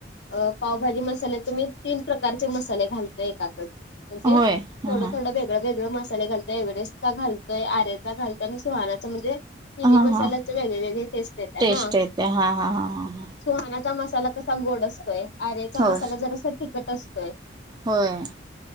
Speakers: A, on the left (about 70°); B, on the right (about 20°).
A: अ पावभाजी मसाल्याचे मी तीन प्रकारचे मसाले घालते एकातच म्हणजे
B: होय हा
A: थोडं
B: हा
A: थोड वेगळं वेगळं पण मसाले घालतोय एवरेस्ट चा घालतोय, आरेचा घालतोय, आणि सुहाणाचा म्हणजे तिन्ही
B: हा
A: मसाल्याचे
B: हा
A: वेगळे वेगळे टेस्ट येतिया
B: टेस्ट
A: ना
B: येते हा हा हा हा हा
A: सुहानाचा मसाला कसा गोड असतोय. आर्याचा
B: होय
A: मसाला जरासा तिखट असतोय.
B: होय.